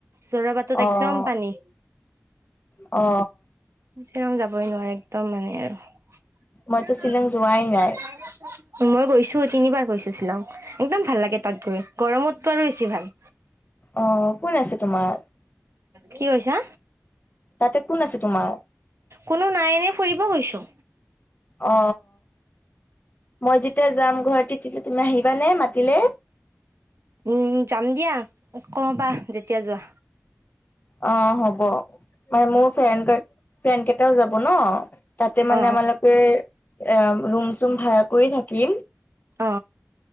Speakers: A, on the right; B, on the left.
A: জৰাবাটত
B: অ',
A: একদম পানী।
B: অ,
A: তেওঁ যাবই নোৱাৰে একদম মানে আৰু।
B: মইতো শ্বিলং যোৱাই নাই
A: মই গৈছো তিনিবাৰ গৈছো শ্বিলং একদম ভাল লাগে তাত গৈ গৰমততো আৰু বেছি ভাল।
B: অ, কোন আছে তোমাৰ?
A: কি কৈছা?
B: তাতে কোন আছে তোমাৰ?
A: কোনো নাই এনে ফুৰিব গৈছো।
B: অ, মই যেতিয়া যাম গুৱাহটিত তেতিয়া তুমি আহিবানে মাতিলে?
A: উম, যাম দিয়া কবা যেতিয়া যোৱা।
B: অ, হ'ব মানে মোৰ ফ্ৰেণ্ড-ফ্ৰেণ্ড কেইটাও যাব ন। তাতে মানে
A: অ
B: আমালোকে এ ৰুম চুম ভাড়া কৰি থাকিম।
A: অ,